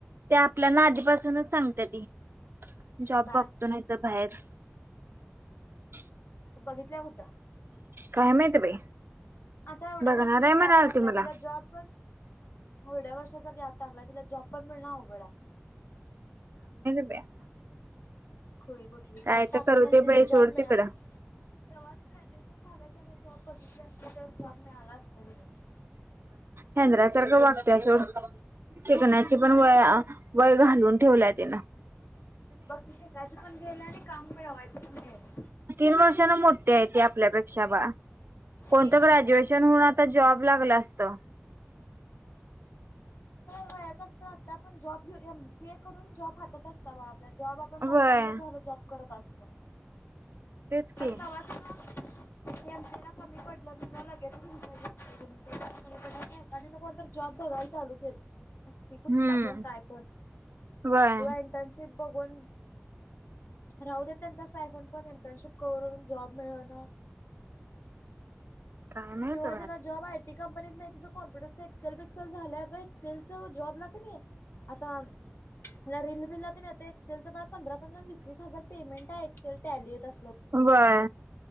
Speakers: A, on the right; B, on the left.
A: त्या आपल्याना आधीपासूनच सांगते ती. जॉब
B: काय
A: बघतो नाही तर. <unintelligible>
B: बघितल्या कुठ
A: काय माहित बाई
B: आता एवढ्या
A: बघणार
B: वर्षाचा
A: आहे म्हणालती
B: गॅप टाकलाय,
A: मला
B: तिला जॉब पण एवढ्या वर्षाचा गॅप टाकलाय तिला जॉब पण मिळणं अवघड हाय
A: <unintelligible>
B: खुळी कुठली
A: काय
B: गॅप टाकली
A: तर करू
B: नसती
A: दे बाई
B: तर
A: सोड
B: जॉब मिळा
A: तिकडं
B: झाल्या झाल्या जॉब बघितली असती तर जॉब मिळाला असता क नाय
A: हेंद्रया सारखं वागत्या सोड शिकण्या च पण वय अ वय घालवून ठेवल्यात ते ना
B: बघ की शिकायचं पण गेलं आणि काम मिळवाय <unintelligible>
A: तीन वर्षां न मोठी हाय ती आपल्या पेक शबा कोण
B: तीन
A: तर
B: वर्षानं
A: ग्रॅज्युएशन
B: होय
A: होऊन आता जॉब लागलं असतं.
B: वयात असत तर, आत्ता आपण जॉब घेऊन एमसीए करून जॉब हातात असता बाळ आपल्या. जॉब आपण पाच
A: वय
B: सहा महिने झालं जॉब करत असतो
A: तेच की
B: तवा तिनं एमसीए ला कमी पडला तुला लगेच म्हंटलं <unintelligible> एखादी न कोण तरी जॉब बघायला चालू केल असती
A: हम्म
B: कुठला पण काय पण
A: वय
B: किंवा इंटनशिप बघून राहू दे त्यांचच <unintelligible> पण इंटर्नशिप करून जॉब मिळवण
A: काय माहित
B: किंवा तिला जॉब आयटी कंपनीत नाही ति कॉम्प्युटर च एक्सेल बिक्सेल झालय गं एक्सेल च जॉब ला क नाय आता रिल बिलला तेन येतय एक्सेलच ब पंधरा-पंधरा वीस-वीस हजार पेमेंट हाय. तीला टॅली येत अस
A: व्हय